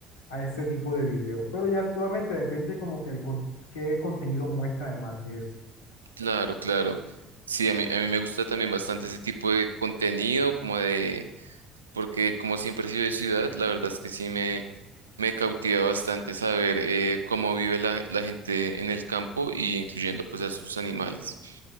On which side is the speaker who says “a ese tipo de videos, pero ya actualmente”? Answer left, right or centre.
Left